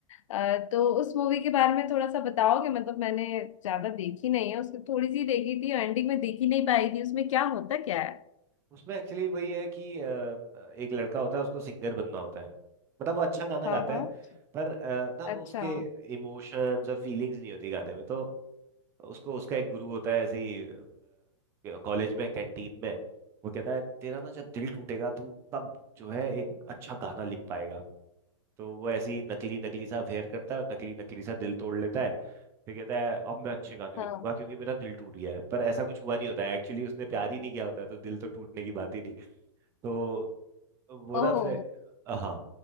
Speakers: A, on the left (about 85°); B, on the right (about 15°).
A: अ, तो उस मूवी के बारे में थोड़ा सा बताओगे मतलब मैंने ज्यादा देखी नहीं है उसको थोड़ी सी देखी थी एंडिंग में देख ही नहीं पाई थी उसमें क्या होता क्या है
B: उसमें एक्चुअली वही है कि अ, अ, एक लड़का होता है उसको सिंगर बनना होता है मतलब वो अच्छा गाना
A: हाँ
B: गाता
A: हाँ
B: है पर अ, ना
A: अच्छा
B: वो उसके इमोशंस और फीलिंग्स नहीं होती गाने में तो उसको उसका एक गुरु होता है ऐसे ही कॉलेज में कैंटीन में वो कहता है तेरा ना जब दिल टूटेगा तू तब जो है एक अच्छा गाना लिख पाएगा तो वो ऐसे ही नकली नकली सा अफेयर करता है और नकली नकली सा दिल तोड़ लेता है फिर कहता है अब मैं अच्छे गाने
A: हाँ
B: लिखूंगा क्योंकि मेरा दिल टूट गया है पर ऐसा कुछ हुआ नहीं होता है एक्चुअली उसने प्यार ही नहीं किया होता है तो दिल तो टूटने की बात ही नहीं तो वो ना
A: ओहो
B: फिर हाँ